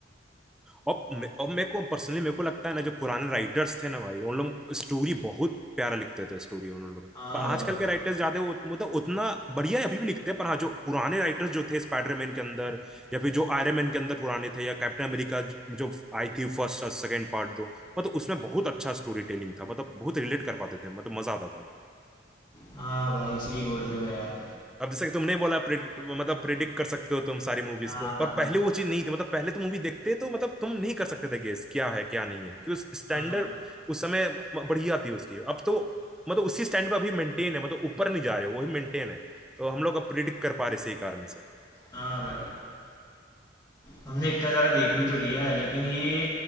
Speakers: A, in the centre; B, on the left.
A: और मे- और मेरे को पर्सनली मेरे को लगता है ना जो पुराने राइटर्स थे ना भाई उन लोग स्टोरी बहुत प्यारा लिखते थे स्टोरी उन लोग
B: हाँ
A: पर आजकल
B: भाई
A: के राइटर्स ज्यादा उत- मतलब उतना बढ़िया अभी भी लिखते हैं पर हाँ जो पुराने राइटर्स जो थे स्पाइडरमैन के अंदर या फिर जो आयरन मैन के अंदर पुराने थे या कैप्टन अमेरिका जो आई थी फर्स्ट और सेकेंड पार्ट दो मतलब उसमें बहुत अच्छा स्टोरी टेलिंग था मतलब बहुत रिलेट कर पाते थे मतलब मजा आता था
B: हाँ भाई सही बोल रहे हो यार
A: अब जैसे कि तुमने बोला predict- मतलब प्रिडिक्ट कर सकते हो तुम सारी मूवीज
B: हाँ
A: को पर पहले वो चीज नहीं थी मतलब पहले तुम मूवी देखते तो मतलब तुम नहीं कर सकते थे गेस क्या है क्या नहीं है कि उस स्टैंडर्ड
B: हाँ भाई
A: उस समय बढ़िया थी उसकी अब तो मतलब उसी स्टैंड पर अभी मेंटेन है मतलब ऊपर नहीं जा रहे हो वही मेंटेन है तो हम लोग अब प्रिडिक्ट कर पा रहे इसी कारण से
B: हाँ भाई हमने इतना सारा देख भी तो लिया है लेकिन ये